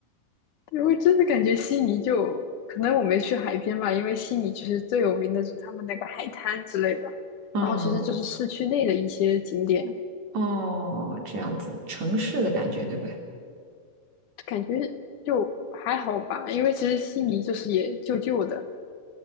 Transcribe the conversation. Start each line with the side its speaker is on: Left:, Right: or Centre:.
Left: <laughs> 对，我真的感觉悉尼就可能我没去海边吧，因为悉尼其实最有名的就是他们那个海滩之类的，
Right: 嗯
Left: 然后其实就是市区内的一些景点，
Right: 哦，这样子，城市的感觉对不对？
Left: 感觉就还好吧。因为其实悉尼就是也旧旧的，